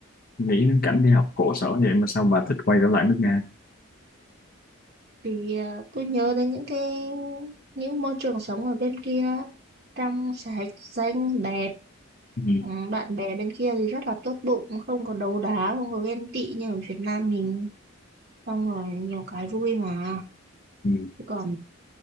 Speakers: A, on the left; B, on the right.
A: nghĩ đến cảnh đi học khổ sở vậy mà sao bà thích quay trở lại nước Nga
B: thì à, tôi nhớ đến những cái những môi trường sống ở bên kia trong sạch xanh đẹp
A: ừ.
B: ừ, bạn bè bên kia thì rất là tốt bụng không có đấu đá không có ghen tị như ở Việt Nam mình xong rồi nhiều cái vui mà
A: Ừ.
B: Chứ còn